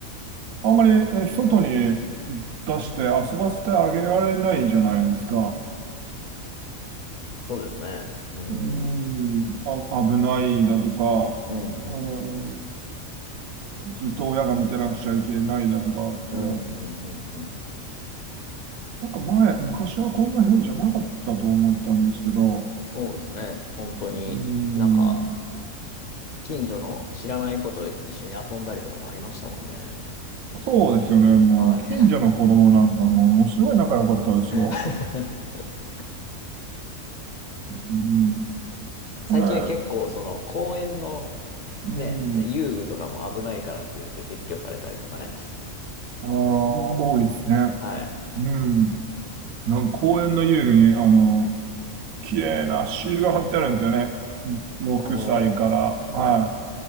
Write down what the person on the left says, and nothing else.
そうですね。うん。
うん、
うん。
うん、うん、うん。うん
そうですね。本当に、
なんか、近所の知らない子と一緒に遊んだりとかもありましたもんね。
はい。
<laughs>
最近は結構、
その、公園の、
ね、遊具とかも危ないからって言って撤去されたりとかね。
はい。
おー。
はい。